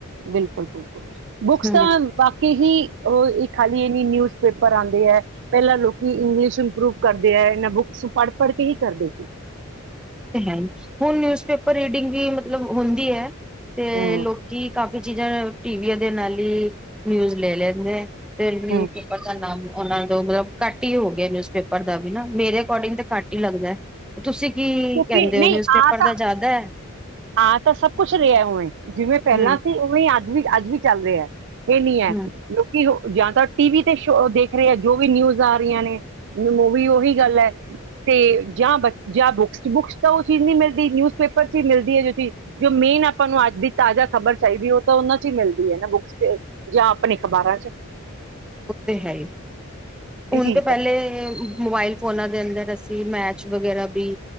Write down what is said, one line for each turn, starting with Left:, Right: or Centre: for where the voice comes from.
Right: ਬਿਲਕੁਲ-ਬਿਲਕੁਲ। ਬੁੱਕਸ
Centre: ਹਮ
Right: ਤਾਂ ਵਾਕੇ ਹੀ ਉਹ ਇੱਕ ਖਾਲੀ ਇਹਨੀ ਨਿਊਜ਼ ਪੇਪਰ ਆਦੇ ਹੈ, ਪਹਿਲਾਂ ਲੋਕੀ ਇੰਗਲਿਸ਼ ਇੰਪਰੂਵ ਕਰਦੇ ਹੈ, ਇਹਨਾਂ ਬੁੱਕਸ ਨੂੰ ਪੜ੍ਹ-ਪੜ੍ਹ ਕੇ ਹੀ ਕਰਦੇ ਸੀ।
Centre: ਤੇ ਹੈ ਹੀ, ਹੁਣ ਨਿਊਜ਼ਪੇਪਰ ਰੀਡਿੰਗ ਵੀ ਮਤਲਬ ਹੁੰਦੀ ਹੈ। ਤੇ
Right: ਹਮ
Centre: ਲੋਕੀ ਕਾਫੀ ਚੀਜ਼ਾਂ ਨ ਟੀਵੀਆਂ ਦੇ ਨਾਲ ਹੀ ਨਿਊਜ ਲੈ ਲੈਂਦੇ ਹੈਂ। ਫਿਰ ਨਿਊਜ਼ਪੇਪਰ
Right: ਹਮ
Centre: ਦਾ ਨਾਮ ਉਹਨਾ ਤੋ ਮਤਲਬ ਘੱਟ ਹੀ ਹੋ ਗਿਆ ਨਿਊਜ਼ਪੇਪਰ ਦਾ ਵੀ ਨਾ, ਮੇਰੇ ਅਕੋਰਡਿੰਗ ਤੇ ਘੱਟ ਹੀ ਲੱਗਦਾ। ਤੁਸੀਂ ਕੀ ਕਹਿੰਦੇ
Right: ਕਿ ਨਹੀਂ
Centre: ਹੋ ਨਿਊਜ਼ਪੇਪਰ
Right: ਆ ਤਾਂ
Centre: ਦਾ ਜ਼ਿਆਦਾ ਹੈ
Right: ਆ ਤਾਂ ਸਭ ਕੁਛ ਰਿਹਾ ਉਵੇਂ ਜਿਵੇਂ ਪਹਿਲਾਂ
Centre: ਹੂੰ
Right: ਸੀ ਉਵੇਂ ਅੱਜ ਵੀ ਅੱਜ ਵੀ ਚੱਲ ਰਿਹਾ। ਇਹ ਨੀ ਹੈ।
Centre: ਹੂੰ
Right: ਲੋਕੀ ਜਾਂ ਤਾਂ ਟੀ ਵੀ ਤੇ ਸ਼ੋ ਦੇਖ ਰਹੇ ਆ ਜੋ ਵੀ ਨਿਊਜ਼ ਆ ਰਹੀਆਂ ਨੇ ਮੂਵੀ ਉਹੀ ਗੱਲ ਹੈ ਤੇ ਜਾਂ ਬੱਚੇ ਜਾ ਬੁਕਸ ਬੁਕਸ ਤਾਂ ਚ ਓ ਚੀਜ ਨੀ ਮਿਲਦੀ ਨਊਜ ਪੇਪਰ ਚ ਹੀ ਮਿਲਦੀ ਹੈ ਜੋ ਜੋ ਮੇਨ ਆਪਾਂ ਨੂੰ ਅੱਜ ਦੀ ਤਾਜ਼ਾ ਖਬਰ ਚਾਹੀਦੀ ਹੈ ਉਹ ਤਾਂ ਉਹਨਾਂ ਚ ਹੀ ਮਿਲਦੀ ਹੈ ਨਾ ਬੁੱਕਸ ਚ ਜਾਂ ਆਪਣੇ ਅਖ਼ਬਾਰਾਂ ਚ।
Centre: ਉਹ ਤੇ ਹੈ ਹੀ ਹੁਣ
Right: ਇਹ ਚੀਜ਼
Centre: ਤਾਂ ਪਹਿਲੇ
Right: ਫਰਕ
Centre: ਮੋਬਾਇਲ ਫੋਨਾਂ ਦੇ ਅੰਦਰ ਅਸੀਂ ਮੈਚ ਵਗੈਰਾ ਵੀ